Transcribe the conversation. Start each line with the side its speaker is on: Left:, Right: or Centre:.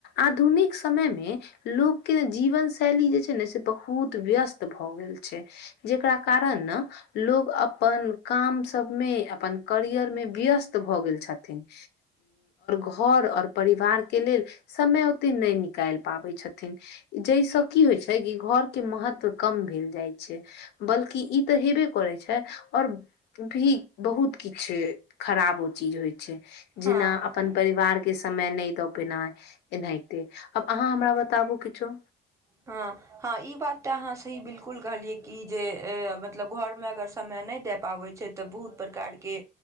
Left: आधुनिक समयमे लोक के जीवन शैली जे छै ने से बहुत व्यस्त भए गेल छै जेकरा कारण ने लोग अपन काम सब मे अपन करियर मे व्यस्त भऽ गेल छथिन उ घर आओर परिवार के लेल समय ओते नहि निकालि पाबै छथिन जहिस की होइ छै कि घर के महत्व कम भेल जाइ छै बल्कि ई तऽ ह हेबे करै छै आओर भी बहुत किछु खराब ओ चीज होइ छै जेना
Right: हँ
Left: अपन परिवार के समय नहि दऽ पेना एनाहिते आब अहाँ हमरा बताबु किछो
Right: हँ हँ ई बात तऽ अहाँ सही बिलकुल कहलियै कि जे मतलब घरमे अगर समय नहि द पाबै छै तऽ बहुत प्रकारके